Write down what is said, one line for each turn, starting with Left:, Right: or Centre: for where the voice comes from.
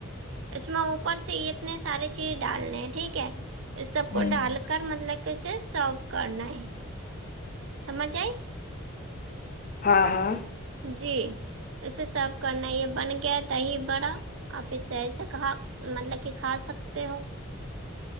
Right: اس میں اوپر سے اتنے سارے چیز ڈالنے ٹھیک ہے اس سب کو
Left: ہوں
Right: ڈال کر مطلب کیسے سرو کرنا ہے سمجھ آیی
Left: ہاں ہاں
Right: جی اسے سرو کرنا یہ بن گیا دہی بڑا آپ اس سے ایسا کہا مطلب کہ کھا سکتے ہو